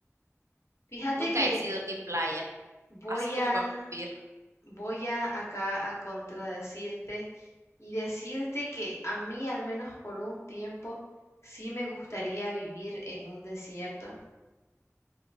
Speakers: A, on the left; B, on the right.
A: Fíjate
B: Nunca
A: que
B: he sido team playa,
A: voy
B: así como
A: a,
B: para vivir.
A: voy a acá a contradecirte y decirte que a mí, al menos por un tiempo, sí me gustaría vivir en un desierto.